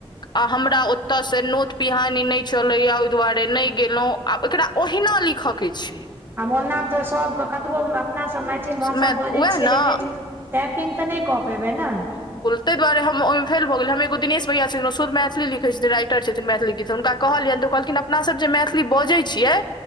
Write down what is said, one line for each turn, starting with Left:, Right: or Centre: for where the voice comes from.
Left: आ हमरा ओतयसँ नोत पिहानी नहि चलैए ओहि दुआरे नहि गेलहुँ आब एकरा ओहिना लिखअ के छै
Right: आब ओना तऽ सबके कतबो अपना सबमे मैथिल भाषा
Left: उएह
Right: बजै छियै
Left: ने
Right: लेकिन टैपिंग तऽ नहि कऽ पेबै ने
Left: तैई दुआरे हम ओहिमे फैल भऽगेलिय हम एगो दिश भयआ छथिन ओ शद्ध मैथिलीखैत छथि राइटर छथिन मैथिलीत हुनक कहलियनि तऽ कहलखिन अपना सब जे मैथिली बजै छियै